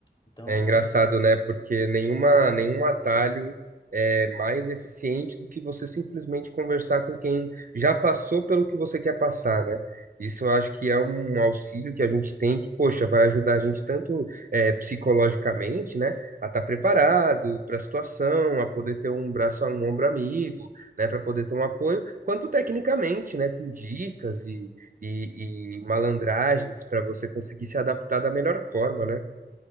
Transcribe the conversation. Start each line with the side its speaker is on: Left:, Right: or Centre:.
Left: Então
Right: É
Left: eu
Right: engraçado,
Left: conhe...
Right: né? Porque nenhuma, nenhum atalho é mais eficiente do que você simplesmente conversar com quem já passou pelo que você quer passar, né? Isso eu acho que é um auxílio que a gente tem que, poxa, vai ajudar a gente tanto é, psicologicamente, né? A estar preparado para a situação, a poder ter um braço, um ombro amigo, né? Para poder ter um apoio, quanto tecnicamente, né? Com dicas e, e, e malandragens para você conseguir se adaptar da melhor forma, né?